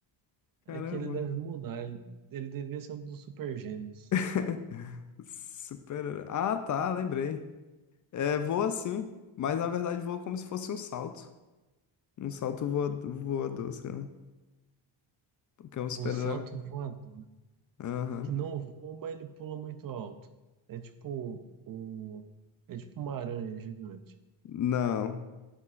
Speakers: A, on the right; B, on the left.
A: É
B: Caramba.
A: que ele deve mudar. Ele, ele devia ser um dos super gêmeos.
B: <laughs> Super-herói. Ah, tá, lembrei. É, voa sim, mas na verdade voa como se fosse um salto. Um salto voa- voador, sei lá. Porque é um super-herói.
A: Um salto voador.
B: Aham.
A: Que não voa, mas ele pula muito alto. É tipo o. É tipo uma aranha gigante.
B: Não.